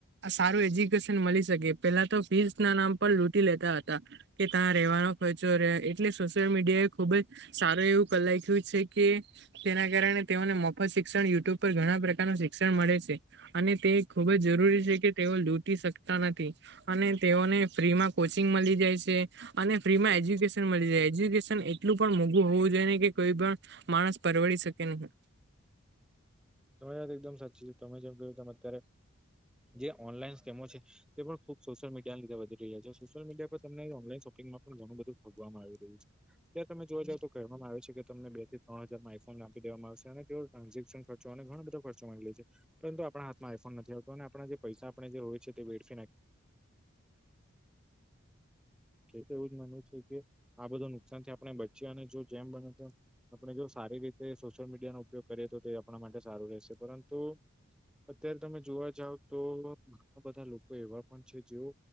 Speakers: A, on the right; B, in the centre.
A: સારું એજ્યુકેશન મળી શકે પેલા તો ફી ના નામ પર લૂટી લેતા હતા કે ત્યાં રહેવાનો ખર્ચો રહે એટલે સોશિયલ મીડિયા એ ખુબ જ સારું એવું કલાખ્યું છે કે- - તેના કારણે તેઓને મફત શિક્ષણ યુટ્યુબ પર ઘણા પ્રકારનું શિક્ષણ મળે છે. અને તે ખુબ જ જરૂરી છે કે તેઓ લૂટી શકતા નથી અને તેઓને ફ્રી માં કોચિંગ મળી જાય છે. અને ફ્રી માં એજ્યુકેશન મળી જાય એજ્યુકેશન એટલું પણ મોઘું હોવું જોઈએ ને કે કોઈ પણ- - માણસ પરવડી શકે નહીં
B: તમારી વાત એકદમ સાચી છે તમે જેમ કહ્યું તમે અત્યારે જે ઓનલાઈન સ્કેમો છે. તે પણ ખુબ સોશિયલ મડિયા ની વધી રહ્યા છે સોશિયલ મીડિયા- - તમને ઓનલાઈન શોપિંગમાં પણ ઘણું બધું ફગવામાં આવી રહ્યું છે. ત્યારે તમે જો જાવ તો કહેવામાં આવે છે કે તમને બે થી ત્રણ હજાર માં આઈફોન આપી દેવામાં આવશે અને તેઓ ટ્રાન્ઝેક્શન ખર ચો અને ઘણા બેધ ખર્ચ માગી લઈ છે. પરંતુ આપડા હાથમાંઈફોન નથી આવતો અને આપણા જે પૈસા આપણે જે હોય છે તે વેડફી નાખ- - તો એવું જ મનવું છે કે આ બધું નુકસાન થી આપણે બચ્યા અને જો જેમ બને તેમ- - આપણે જો સારી રીતે સોશિયલ મીડિયાનો ઉપયોગ કરીએ તો તે આપના માટે સારું રહેશે પરંતુ- - અત્યારે તમે જોવા જાવ તો ઘણા બધા લોકો એવા પણ છે જેઓ